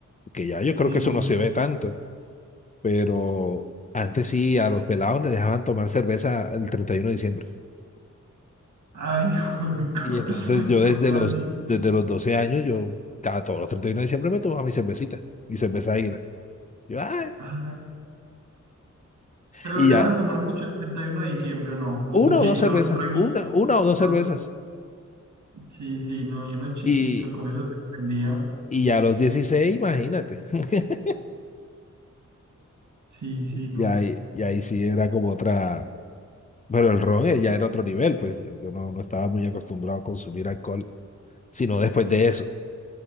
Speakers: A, on the left; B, on the right.
A: Que ya yo creo
B: Sí,
A: que eso
B: sí.
A: no se ve tanto. pero antes sí, a los pelados les dejaban tomar cerveza el 31 de diciembre.
B: Ay, <laughs> ¿cómo
A: Y entonces yo desde
B: cómo
A: los,
B: así?
A: desde los 12 años, yo cada todos los 31 de diciembre me tomaba mi cervecita, mi cerveza águila. Yo, ah,
B: Ay, Pero
A: y
B: los dejan
A: ya,
B: tomar mucho el 31 de diciembre, ¿o ¿no? O
A: una
B: poquito,
A: o dos cervezas,
B: solo un traguito.
A: una, una o dos
B: ¿no?
A: cervezas.
B: Sí, sí, no, yo uno chiquito,
A: Y,
B: con eso se prendía.
A: y ya a los 16 imagínate. <laughs>
B: Sí, sí, no.
A: Y ahí, y ahí sí era como otra, pero el ron eh, ya era otro nivel, pues yo, yo no, no estaba muy acostumbrado a consumir alcohol, sino después de eso.